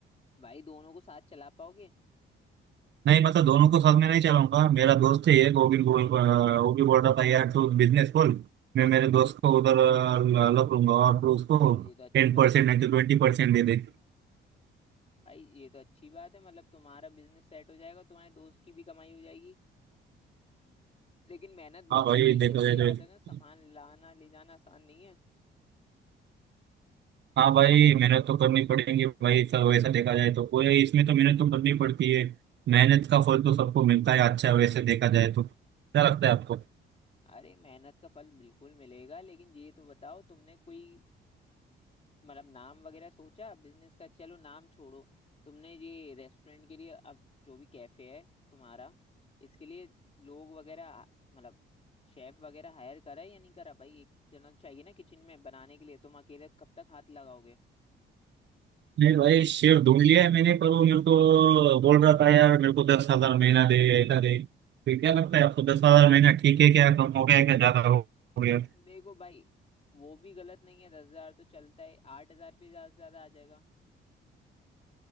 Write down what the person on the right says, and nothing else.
नहीं मतलब दोनों को साथ में नहीं चलाऊंगा मेरा दोस्त है एक वो भी बोल अ, वो भी बोल रहा था यार तू बिजनेस खोल मैं मेरे दोस्त को उधर अ, ल- लग लूंगा और तू उसको
टेन
परसेंट
नहीं तो ट्वेंटी परसेंट दे दे
हाँ भाई
देखा
जाए
तो
हाँ भाई मेहनत तो करनी पड़ेगी भाई सब वैसा देखा जाए तो कोई इसमें तो मेहनत तो करनी पड़ती है मेहनत का फल तो सबको मिलता है अच्छा है वैसे देखा जाए तो क्या लगता है आपको
नहीं भाई शेर ढूंढ लिया है मैंने पर वो मेरे को बोल रहा था यार मेरे को दस हजार महीना दे ऐसा दे तो क्या लगता है आपको दस हजार महीना ठीक है क्या कम हो गया है, क्या ज्यादा हो हो गया